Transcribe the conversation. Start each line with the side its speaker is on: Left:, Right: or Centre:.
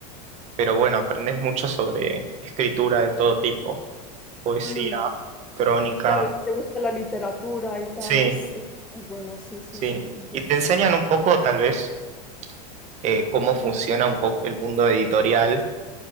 Right: pero bueno, aprendes mucho sobre escritura de todo tipo, poesía,
Centre: Mm,
Right: crónica,
Centre: claro, si te gusta la literatura y tal,
Right: sí,
Centre: es, es, es bueno, sí, sí,
Right: sí.
Centre: sí, entiendo.
Right: Y te enseñan un poco, tal vez, eh, cómo funciona un poco el mundo editorial,